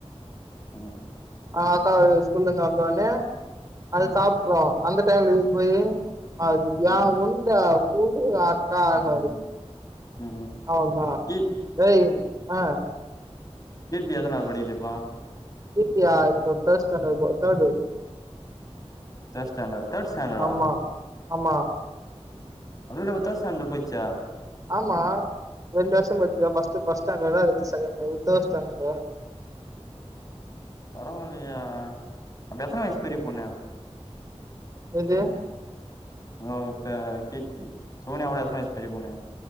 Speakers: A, on the left; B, on the right.
A: ம்
B: ஆ அக்கா இது ஸ்கூலந்து வந்தவொன்னயெ அது
A: ம்
B: சாப்ட்றோ அந்த டைம்ல இது போயி அது
A: ம்
B: எ உந்த குடு அ தானது
A: ம் ம் ம்
B: அவள்தா
A: கீ
B: ஏய் ஆ
A: கீர்த்தி எதனாவ்து படிக்குது இப்போ
B: கீர்த்தியா இப்ப தேர்ஸ் ஸ்டேண்ட்டர்டு போ தேர்டு
A: தேர்ட் ஸ்டேண்ட்டடு தேர்ட் ஸ்டேண்டடா
B: ஆமா ஆமா
A: அதுல வித்தாச ஸ்டேண்டடு போய்ச்சா
B: ஆமா ரெண்டு வருஷம் போச்ச பஸ்டு பஸ்ட் ஸ்டேண்டா இருச்ச செகண்ட் தேர்டு ஸ்டாண்டடு
A: பரவால்லையா அப்ப எத்தன வயசு பெரிய பொண்ணு
B: எது
A: இதோ இப்ப கீர்த்தி சோனியாவோட எத்தன வயிசு பெரிய பொண்ணு